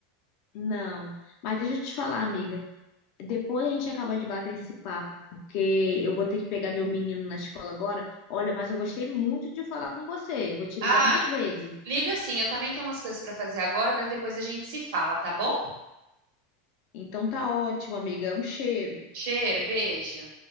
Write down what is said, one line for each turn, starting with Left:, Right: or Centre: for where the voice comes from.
Left: Não, mas deixa eu te falar, amiga. Depois a gente acaba de bater esse papo, porque eu vou ter que pegar meu menino na escola agora. Olha, mas eu gostei muito de falar com você. Vou te ligar
Right: Ah,
Left: mais vezes.
Right: liga sim, eu também tenho umas coisas para fazer agora, mas depois a gente se fala, tá bom?
Left: Então tá ótimo, amiga. Um cheiro.
Right: Cheiro, beijo.